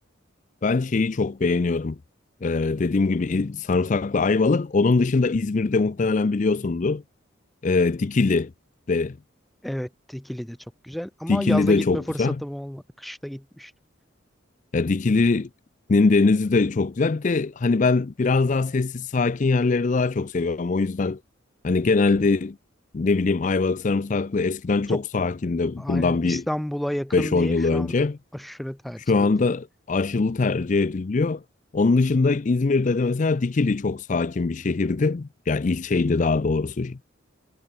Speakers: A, on the left; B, in the centre.
A: Ben şeyi çok beğeniyorum. Ee, dediğim gibi il- sarımsaklı ayvalık. Onun dışında İzmir'de muhtemelen biliyorsundur. Ee, Dikili de
B: Evet, Dikili de çok güzel ama
A: Dikili
B: yazda
A: de
B: gitme
A: çok
B: fırsatım
A: güzel.
B: olmadı. Kışta gitmiştim.
A: Ya Dikili'nin denizi de çok güzel. Bir de hani ben biraz daha sessiz, sakin yerleri daha çok seviyorum. O yüzden hani genelde ne bileyim Ayvalık sarımsaklı eskiden çok
B: Çok
A: sakindi
B: aynen
A: bundan
B: İstanbul'a
A: bir
B: yakın
A: beş on
B: diye
A: yıl
B: şu
A: önce.
B: an aşırı tercih
A: Şu anda
B: ediliyor.
A: aşılı tercih ediliyor. Onun dışında İzmir'de de mesela Dikili çok sakin bir şehirdi. Yani ilçeydi daha doğrusu.